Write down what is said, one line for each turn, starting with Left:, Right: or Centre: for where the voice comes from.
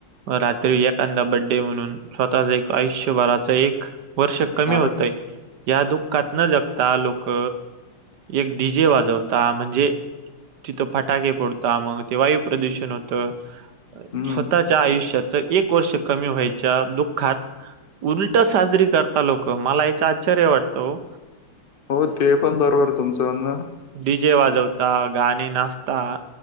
Right: रात्री एखादा बर्थडे म्हणून स्वतःच एक आयुष्यभराचा एक- वर्ष कमी
Left: हा
Right: होतय या दुःखात न जगता लोक- एक डी जे वाजवता म्हणजे, तिथं फटांके फोडतां मगं ते वायूं प्रदूषण होतं
Left: हम्म
Right: स्वंतः च्यां आयुष्याचं एक वर्ष कमी व्हांयच्या दुःखांत उलटं साजरी करतांत लोकं मलां यांचा आश्चर्य वाटतं ओ
Left: हो ते पणं बरोबर आहे तुमचं म्हणणं
Right: डी जे वाजवतां गाणी नाचतां